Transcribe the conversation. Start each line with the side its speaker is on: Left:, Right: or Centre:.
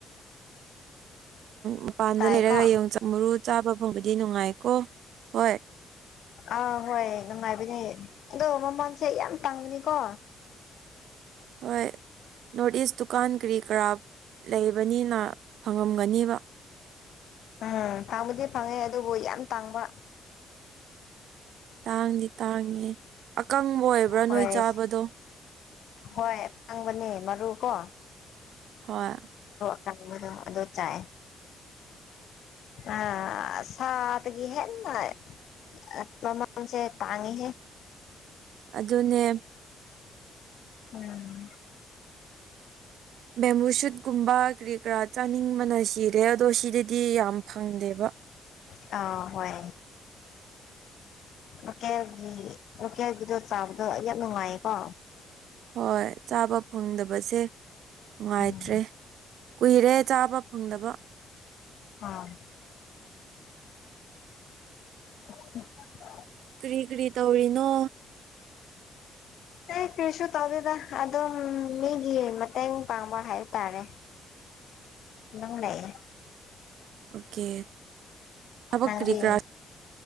Right: ꯃꯄꯥꯟꯗ
Left: ꯇꯥꯏꯀꯣ
Right: ꯂꯩꯔꯒ ꯌꯣꯡꯆꯥꯛ ꯃꯔꯨ ꯆꯥꯕ ꯐꯪꯕꯗꯤ ꯅꯨꯡꯉꯥꯏꯀꯣ ꯍꯣꯏ
Left: ꯑꯥ ꯍꯣꯏ ꯅꯨꯡꯉꯥꯏꯕꯅꯦ ꯑꯗꯣ ꯃꯃꯜꯁꯦ ꯌꯥꯝ ꯇꯥꯡꯕꯅꯤꯀꯣ
Right: ꯖ ꯍꯣꯏ ꯅꯣꯔꯠ ꯏꯁ ꯗꯨꯀꯥꯟ ꯀꯔꯤ ꯀꯔꯥ ꯂꯩꯕꯅꯤꯅ ꯐꯪꯉꯝꯒꯅꯦꯕ
Left: ꯎꯝ ꯐꯪꯕꯨꯗꯤ ꯐꯪꯉꯦ ꯑꯗꯨꯕꯨ ꯌꯥꯝ ꯇꯥꯡꯕ
Right: ꯇꯥꯡꯗꯤ ꯇꯥꯡꯉꯦ ꯑꯀꯪꯕ ꯑꯣꯏꯕ꯭ꯔꯥ
Left: ꯍꯣꯏ
Right: ꯅꯣꯏ ꯆꯥꯕꯗꯣ
Left: ꯍꯣꯏ ꯑꯀꯪꯕꯅꯦ ꯃꯔꯨ ꯀꯣ
Right: ꯍꯣꯏ
Left: ꯆꯣ ꯑꯗꯨꯗꯣ ꯆꯌꯦ <unintelligible> ꯑ ꯁꯥꯠꯒꯤ ꯑꯦꯃꯩ ꯃꯃꯥꯜ ꯁꯦ ꯇꯥꯡꯢꯍꯦ
Right: ꯑꯗꯨꯅꯦ
Left: ꯎꯝ
Right: ꯕꯦꯃꯨ ꯁꯨꯠꯀꯨꯝꯕ ꯀꯔꯤ ꯀꯔꯥ ꯆꯥꯅꯤꯡꯕꯅ ꯁꯤꯠ ꯑꯥ ꯑꯗꯣ ꯁꯤꯗꯗꯤ ꯌꯥꯝ ꯐꯪꯗꯦꯕ
Left: ꯑꯥ ꯍꯣꯏ
Right: <inaudible> <inaudible>
Left: ꯂꯣꯀꯦꯜꯒꯤ ꯂꯣꯀꯦꯜꯒꯤꯗꯣ ꯆꯥꯕꯗꯣ ꯑꯩ ꯌꯥꯝ ꯅꯨꯡꯉꯥꯏꯌꯦꯀꯣ
Right: ꯍꯣꯏ ꯆꯥꯕ ꯐꯪꯗꯕꯁꯦ ꯅꯨꯡꯉꯥꯏꯇ꯭ꯔꯦ
Left: ꯎꯝ
Right: ꯀꯨꯏꯔꯦ ꯆꯥꯕ ꯐꯪꯗꯕ
Left: ꯑꯥ <unintelligible>
Right: ꯀꯔꯤ ꯀꯔꯤ ꯇꯧꯔꯤꯅꯣ?
Left: ꯑꯩ ꯀꯩꯁꯨ ꯇꯧꯗꯦꯗ ꯑꯗꯨꯝ ꯃꯤꯒꯤ ꯃꯇꯦꯡ ꯄꯥꯡꯕ ꯍꯥꯏꯇꯥꯔꯦ
Right: <inaudible> <inaudible>
Left: ꯅꯪꯅꯦꯌꯦ
Right: ꯑꯣꯀꯦ ꯊꯕꯛ
Left: ꯅꯪꯗꯤ
Right: ꯀ꯭ꯔꯤ ꯀꯔꯥ